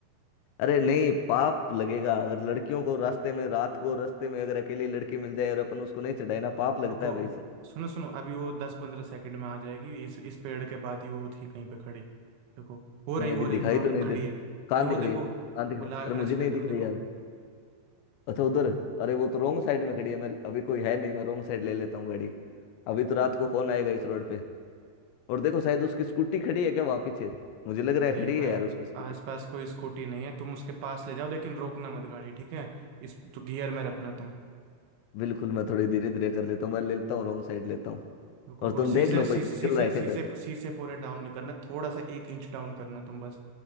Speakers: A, on the left (about 80°); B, on the right (about 80°).
A: अरे नहीं पाप लगेगा अगर लड़कियों को रास्ते में रात को रास्ते में अगर अकेली लड़की मिल जाए और अपन उसको नहीं चढ़ाए ना पाप लगता
B: रुको
A: है भाई सर
B: सुनो सुनो अभी वो दस पंद्रह सेकंड में आ जाएगी इस इस पेड़ के बाद ही वो थी कहीं पे खड़ी देखो वो
A: नहीं
B: रही वो
A: अभी दिखाई
B: रही वहाँ
A: तो
B: वो
A: नहीं
B: खड़ी
A: दे
B: है
A: कहाँ
B: अरे वो
A: दिख
B: देखो
A: रही है कहाँ दिख रही
B: वो लाल
A: है अरे
B: ड्रेस
A: मुझे नहीं
B: पहन
A: दिख
B: के वो देखो
A: रही यार अच्छा उधर अरे वो तो रॉन्ग साइड में खड़ी है मैं अभी कोई है नहीं मैं रॉन्ग साइड ले लेता हूँ गाड़ी अभी तो रात को कौन आएगा इस रोड पे और देखो शायद उसकी स्कूटी खड़ी है क्या वहां पीछे मुझे लग रहा है
B: नहीं
A: खड़ी
B: भाई
A: है यार उसकी स्कूटी
B: आसपास कोई स्कूटी नहीं है तुम उसके पास ले जाओ लेकिन रोकना मत गाड़ी ठीक है इस तो गियर में रखना तुम
A: बिल्कुल मैं थोड़ी धीरे धीरे कर लेता हूँ मैं लेता हूँ रॉन्ग साइड लेता हूँ
B: रुको
A: और
B: रुको
A: तुम
B: शीशे
A: देख लो कोई
B: शीशे
A: निकल
B: शीशे
A: रहा है
B: शीशे
A: फिर क्या इधर।
B: शीशे पूरे डाउन नहीं करना थोड़ा सा एक इंच डाउन करना तुम बस